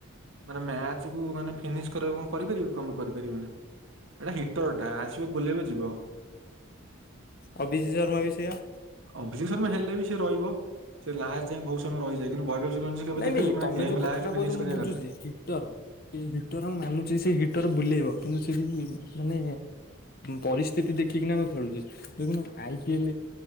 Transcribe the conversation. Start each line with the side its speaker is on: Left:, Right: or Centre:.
Right: ମାନେ ମ୍ୟାଚ କୁ ମାନେ ଫିନିଶ କରିବା କଣ କରିପାରିବ କି କମ୍ କରିପାରିବ ନା। ଏଟା ହିଟର ଟା ଆସିବ ବୁଲେଇବ ଯିବ।
Left: ଆଉ ବିସି ଶର୍ମା ବି ସେଇୟା
Right: ଅଭିଷେକ ଶର୍ମା ହେଲେ ବି ସେ ରହିବ ସେ ଲାଷ୍ଟ ଯାଏ ବହୁତ ସମୟ ରହିଯାଏ କିନ୍ତୁ <unintelligible> <unintelligible> କେବେ
Left: ନାଇଁ
Right: ଦେଖୁଚୁ
Left: ନାଇଁ
Right: ମାନେ
Left: ତମେ
Right: ଗେ
Left: ଯୋଉ
Right: ଏମ୍
Left: କଥାଟା
Right: ଲାଷ୍ଟ
Left: କହୁଛ
Right: ଫିନିଶ
Left: ମୁଁ
Right: କରିବା
Left: ବୁଝୁଛି
Right: କଥା।
Left: ହିଟର ସେ ହିଟର ମାନୁଛି ସେ ହିଟର ବୁଲେଇବ କିନ୍ତୁ ସେଠି ମାନେ ପରିସ୍ଥିତି ଦେଖିକିନା ମୁ ଖେଳୁଛି। ଦେଖୁନ ଆଇ ପିଏଲ